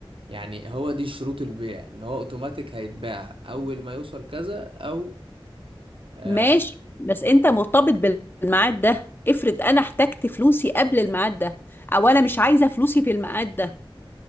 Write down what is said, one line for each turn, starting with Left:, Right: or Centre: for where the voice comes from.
Right: يعني هو دي شروط البيع ان هو اوتوماتيك هيتباع اول ما يوصل كذا او آه
Left: ماشي بس انت مرتبط بالميعاد ده افرض انا احتجت فلوسي قبل الميعاد ده او انا مش عايزه فلوسي في الميعاد ده